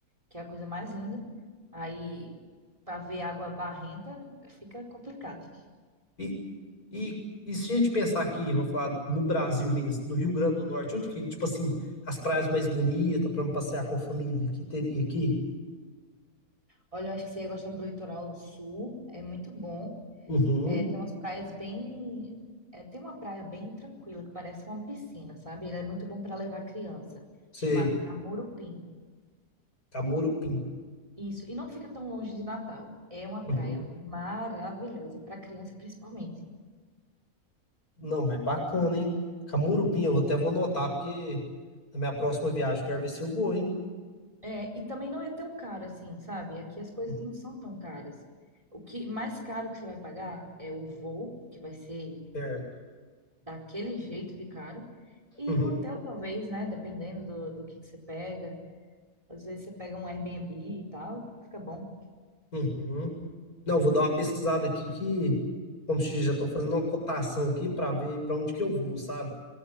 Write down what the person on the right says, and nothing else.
que é a coisa mais linda. Aí, pra ver água barrenta, fica complicado.
Olha, eu acho que você ia gostar do litoral sul, é muito bom.
É, tem umas praias bem. é, tem uma praia bem tranquila, que parece uma piscina, sabe? Ele é muito bom para levar criança,
chamado Camurupim.
Isso, e não fica tão longe de Natal. É uma
praia maravilhosa, para criança principalmente.
É, e também não é tão caro assim, sabe? Aqui as coisas
não são tão caras. O que mais caro que você vai pagar é o voo, que vai ser
daquele jeito de caro. E
o hotel, talvez, né? Dependendo do, do que, que você pega. Às vezes você pega um Airbnb e tal, fica bom.